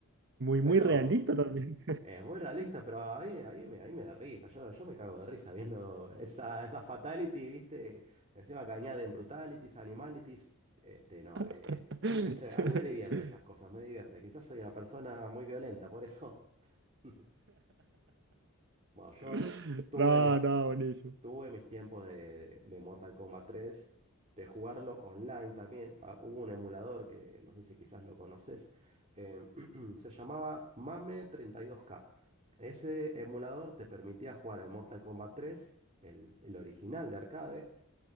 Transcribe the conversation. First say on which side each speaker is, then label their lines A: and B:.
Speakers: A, on the right; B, on the right.
A: muy,
B: pero
A: muy realista también.
B: Es muy realista, pero ahí, ahí, me, ahí me da risa. Yo, yo me cago de risa viendo esa, esa fatality, ¿viste? Encima que añaden brutalities, animalities. Este, no,
A: <laughs>
B: eh, es, es tre- a mí me divierte esas cosas, me divierte. Quizás soy una persona muy violenta, por eso. <laughs> Bueno, yo
A: <laughs>
B: tuve
A: No,
B: mis
A: no, buenísimo.
B: Tuve mis tiempos de, de Mortal Kombat tres de jugarlo online también. Ah, hubo un emulador que no sé si quizás lo conoces, eh, <clears throat> se llamaba MAME 32K. Ese emulador te permitía jugar el Mortal Kombat tres el, el original de arcade,